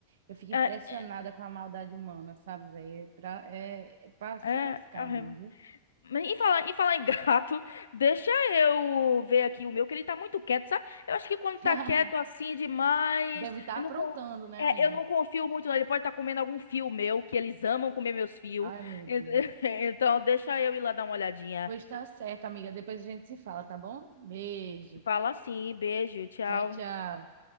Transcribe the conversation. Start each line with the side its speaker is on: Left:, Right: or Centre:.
Right: Eu fico
Left: É,
Right: impressionada com a maldade humana, sabe, velho? É Pra, é, é pra se
Left: é,
Right: lascar
Left: é
Right: mesmo, viu?
Left: Mas Em falar, em falar em gato, <laughs> deixa eu ver aqui o meu, que ele tá muito quieto, sabe? Eu acho que quando
Right: <laughs>
Left: tá quieto assim demais,
Right: Deve estar
Left: eu
Right: aprontando,
Left: não, con-
Right: né,
Left: é,
Right: amiga?
Left: eu não confio muito, não. Ele pode estar comendo algum fio meu, que eles amam comer meus fios.
Right: Ai, meu
Left: <laughs>
Right: Deus.
Left: Então, deixa eu ir lá dar uma olhadinha.
Right: Pois tá certo, amiga. Depois a gente se fala, tá bom? Beijo.
Left: Fala assim, beijo, tchau.
Right: Tchau, tchau.